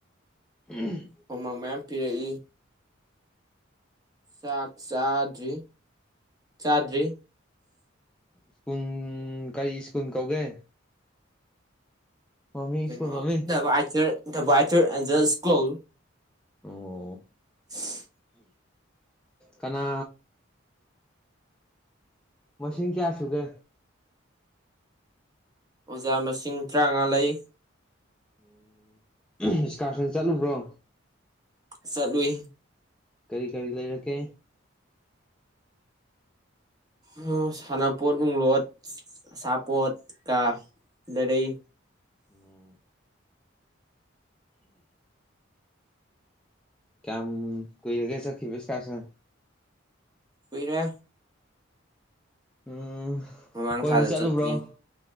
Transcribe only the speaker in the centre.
ꯎꯝ
ꯁ꯭ꯀꯨꯟ ꯀꯔꯤ ꯁ꯭ꯀꯨꯟ ꯀꯧꯒꯦ ꯃꯃꯤꯡ
ꯁ꯭ꯀꯨꯜ ꯃꯃꯤꯡ
ꯑꯣ
ꯀꯅꯥ ꯃꯁꯤꯡ ꯀꯌꯥ ꯁꯨꯒꯦ
ꯎꯝ ꯏꯁꯀꯥꯔꯁꯟ ꯆꯠꯂꯨꯕ꯭ꯔꯣ
ꯀꯔꯤ ꯀꯔꯤ ꯂꯩꯔꯛꯀꯦ
ꯎꯝ ꯀꯌꯥꯝ ꯀꯨꯏꯔꯒꯦ ꯆꯠꯈꯤꯕ ꯏꯁꯀꯥꯁꯟ
ꯎꯝ
ꯀꯣꯏꯕ
ꯆꯠꯂꯨꯕ꯭ꯔꯣ